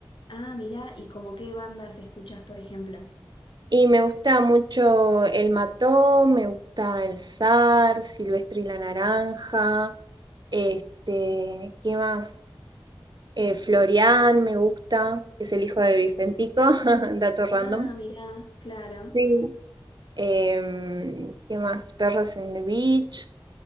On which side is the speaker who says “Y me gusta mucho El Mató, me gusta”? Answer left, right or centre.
Right